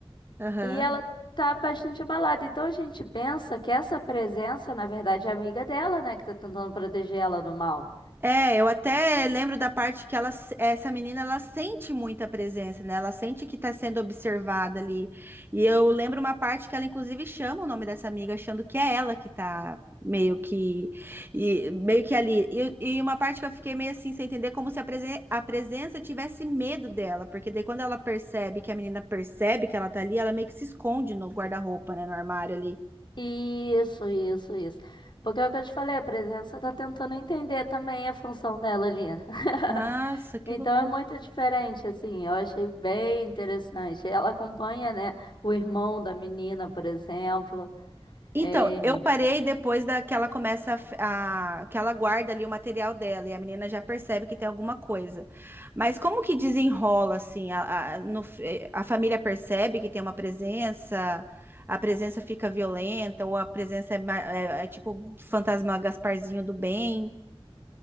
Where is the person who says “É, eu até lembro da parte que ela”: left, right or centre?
Right